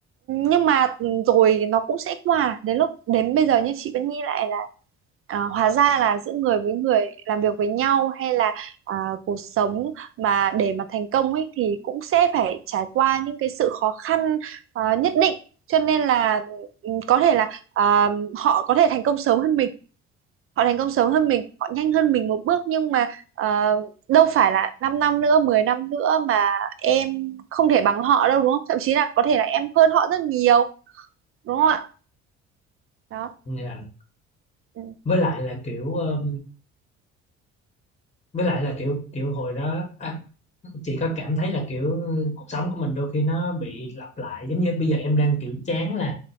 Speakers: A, on the right (about 45°); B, on the left (about 20°).
A: nhưng mà ừ, rồi nó cũng sẽ qua, đến lúc đến bây giờ như chị vẫn nghĩ lại là ờ, hóa ra là giữa người với người làm việc với nhau hay là à, cuộc sống mà để mà thành công ấy thì cũng sẽ phải trải qua những cái sự khó khăn ờ, nhất định cho nên là ừ, có thể là ờ, họ có thể thành công sớm hơn mình họ thành công sớm hơn mình họ nhanh hơn mình một bước nhưng mà ờ, đâu phải là 5 năm nữa 10 năm nữa mà em không thể bằng họ đâu đúng không thậm chí là có thể là em hơn họ rất nhiều đúng không ạ đó
B: Dạ.
A: ừ,
B: với lại là kiểu ờ, với lại là kiểu kiểu hồi đó à, chị có cảm thấy là kiểu ừ, cuộc sống của mình đôi khi nó bị lặp lại giống như bây giờ em đang kiểu chán là